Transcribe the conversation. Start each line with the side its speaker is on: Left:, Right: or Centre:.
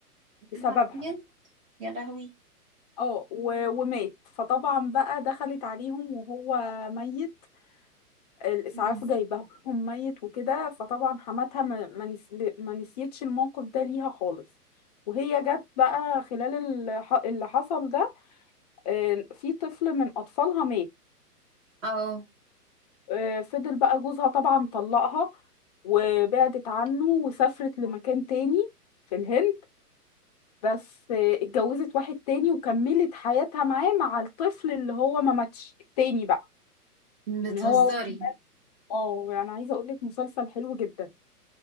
Left: بسببها
Right: يا نهار أبيض. يا لهوي
Left: اه و- ومات فطبعا بقى دخلت عليهم وهو ميت الإسعاف
Right: مم.
Left: جايبهم ميت وكده فطبعا حماتها ما ما نسل- ما نسيتش الموقف ده ليها خالص وهي جت بقى خلال الح- اللي حصل ده آه، في طفل من أطفالها مات
Right: اه
Left: آه، فضل بقى جوزها طبعا طلقها وبعدت عنه وسافرت لمكان تاني في الهند بس آه، اتجوزت واحد تاني وكملت حياتها معاه مع الطفل اللي هو ما ماتش التاني بقى
Right: بتهزري
Left: يعني هو اه يعني عايزه اقول لك مسلسل حلو جدا